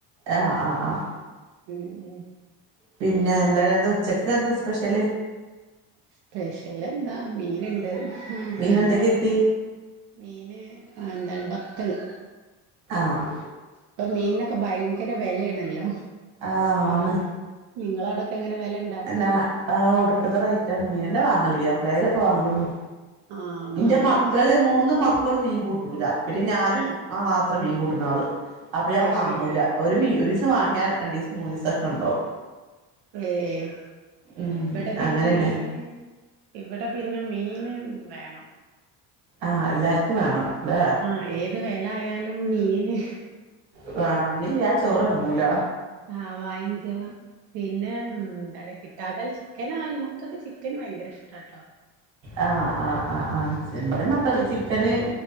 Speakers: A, on the right; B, on the right.
A: ആഹ് ആഹ് ആഹ്
B: ഉം
A: പിന്നെ ന്താണ് ന്ന് ഉച്ചക്കെന്താ സ്പെഷ്യല്?
B: സ്പെഷ്യലെന്താ മീന്ണ്ട് ഉം.
A: മീനെന്താ
B: പിന്നെ
A: കിട്ടി
B: മീന് എന്താണ് വത്തള്.
A: ആഹ്
B: പ്പൊ മീൻനൊക്കെ ഭയങ്കര വെലയാണല്ലൊ.
A: ആഹ് ആണ്.
B: നിങ്ങളെ അവ്ടൊക്കെ എങ്ങനെ വെല ണ്ടൊ?
A: എന്നാ ആഹ് ഒട്ക്കത്തെ റേറ്റാണ്. മീനെന്നെ വാങ്ങല്‌ല്ലാ
B: ആഹ്
A: ഇപ്പളേ ലൊക്കെ വാങ്ങലൊള്ളു.
B: ആഹ് മീന്
A: ന്റെ മക്കള് മൂന്ന് മ ക്കള് മീൻ കൂട്ടൂല. പിന്നെ ഞാന്
B: ആഹ്
A: മാത്രം മീൻ കൂട്ട്ണ ആള്. അപ്പൊ ഞാൻ
B: അത്
A: വാങ്ങൂല.
B: ശരി
A: ഒരു മീ ഒരിസം വാങ്ങിയാ രണ്ടീസം മൂന്നിസൊക്കെണ്ടാവും.
B: ഏഹ്.
A: ഉം
B: വടെ പിന്നെ
A: അങ്ങനെയാണ്
B: മീന് ഇവടെ പിന്നെ മീന് വേണം.
A: ആഹ് എല്ലാർക്കും വേണം ല്ലേ.
B: ആഹ് ഏത് വെല ആയാലും മീന്
A: വേണം ന്നില്യാ ആ ചോറെർങ്ങൂല.
B: ആഹ് വാങ്ങിക്കണം. പിന്നെ എട... കിട്ടാതൽ ചിക്കനായാലും മക്കക്ക് ചിക്കന് ഭയങ്കര ഇഷ്ടാട്ടൊ.
A: ആഹ് ആഹ് ആഹ് ആഹ്. ഇപ്പത്തിൻ മക്കക്ക്
B: പിന്നെ
A: ചിക്കന്